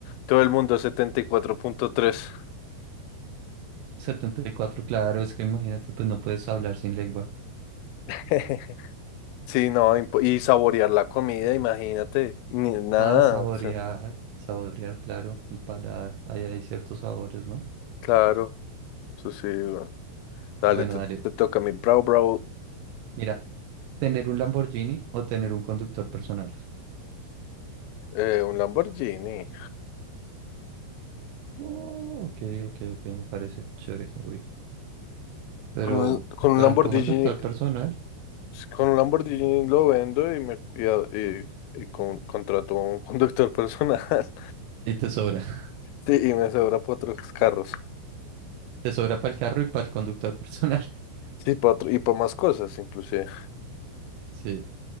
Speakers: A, on the left; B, on the right.
A: Todo el mundo setenta y cuatro punto tres.
B: Setenta y cuatro claro, es que imagínate, pues no puedes hablar sin lengua.
A: <laughs> Sí, no, impo- y saborear la comida, imagínate, ni nada,
B: Nada, saborear,
A: o sea,
B: saborear, claro, el paladar, ahí hay ciertos sabores, ¿no?
A: claro, eso sí, weón. Dale,
B: Bueno,
A: te,
B: dale,
A: te toca mi bravo, bravo,
B: mira, tener un Lamborghini o tener un conductor personal.
A: eh, un Lamborghini.
B: Oh, ok, ok, ok, me parece chévere, obvio. Pero,
A: Con un, con un
B: pero
A: Lamborghini,
B: un conductor personal
A: con un Lamborghini lo vendo y me y, a- y- y con- contrato un conductor personal. <laughs>
B: y te sobra. <laughs>
A: Sí, y me sobra para otros carros.
B: Te sobra para el carro y para el conductor personal. <laughs>
A: Sí, para otro, y para más cosas, inclusive.
B: Sí.